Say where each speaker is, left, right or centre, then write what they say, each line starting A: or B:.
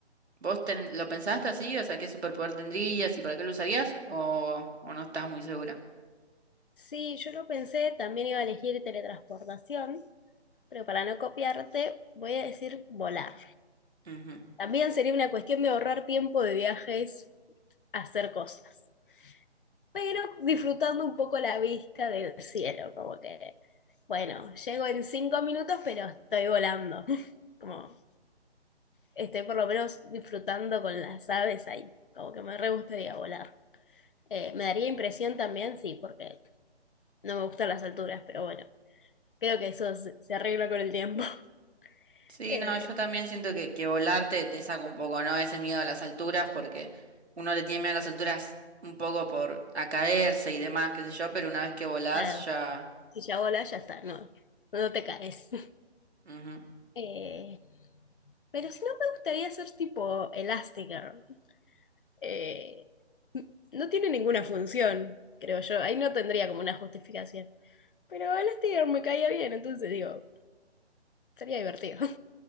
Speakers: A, on the right; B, on the left.
A: ¿Vos ten- lo pensaste así? O sea, ¿qué superpoder tendrías y para qué lo usarías? ¿O, o no estás muy segura?
B: Sí, yo lo pensé, también iba a elegir teletransportación, pero para no copiarte, voy a decir volar.
A: Ujú.
B: También sería una cuestión de ahorrar tiempo de viajes a hacer cosas. pero disfrutando un poco la vista del cielo, como que, bueno, llego en cinco minutos, pero estoy volando, <laughs> como estoy por lo menos disfrutando con las aves ahí, como que me re gustaría volar. Eh, me daría impresión también, sí, porque no me gustan las alturas, pero bueno, creo que eso se, se arregla con el tiempo. <laughs>
A: Sí,
B: Eh,
A: no, yo también siento que, que volar te, te saca un poco, ¿no? Ese miedo a las alturas, porque uno le tiene miedo a las alturas un poco por a caerse y demás, qué sé yo, pero una vez que volás
B: nada,
A: ya...
B: si ya volas, ya está, no, no te caes. <laughs>
A: ujú.
B: Eh, pero si no, me gustaría ser tipo Elastigirl, eh, no tiene ninguna función, creo yo. Ahí no tendría como una justificación. Pero Elastigirl me caía bien, entonces digo, sería divertido. <laughs>